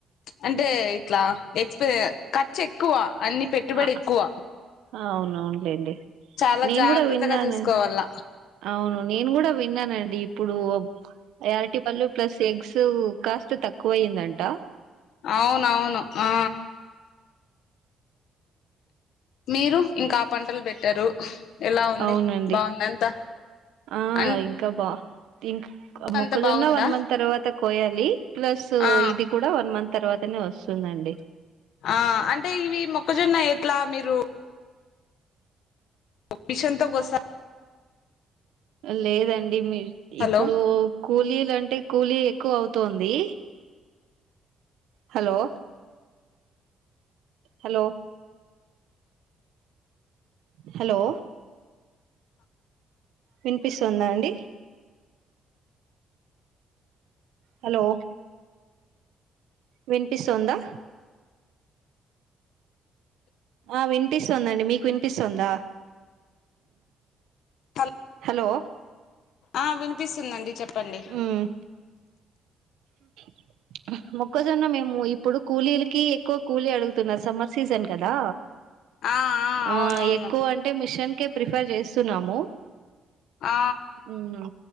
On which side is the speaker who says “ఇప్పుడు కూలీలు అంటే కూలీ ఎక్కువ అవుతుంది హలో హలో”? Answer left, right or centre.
Right